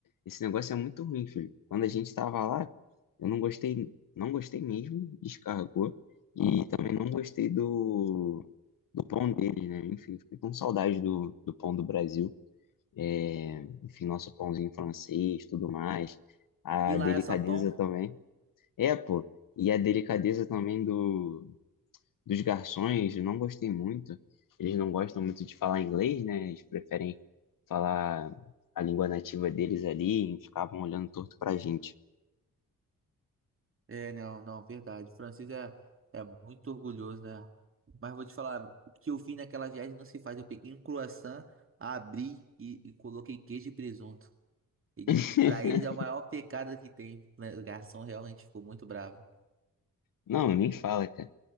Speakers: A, on the left; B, on the right.
A: esse negócio é muito ruim, filho. Quando a gente tava lá, eu não gostei, não gostei mesmo, descarregou. E também não gostei do, do pão dele, né? Enfim, fiquei com saudade do, do pão do Brasil. É, enfim, nosso pãozinho francês, tudo mais. A
B: E lá
A: delicadeza
B: é só pão.
A: também. É, pô. E a delicadeza também do, dos garçons, eu não gostei muito. Eles não gostam muito de falar inglês, né? Eles preferem falar a língua nativa deles ali e ficavam olhando torto pra gente.
B: É, não, não, verdade. Francis é, é muito orgulhoso, né? Mas vou te falar, o que eu fiz naquela viagem não se faz. Eu peguei um croissant, abri e, e coloquei queijo e presunto. Eles,
A: <laughs>
B: para eles é o maior pecado que tem. né? O garçom realmente ficou muito bravo.
A: Não, nem fala, cara.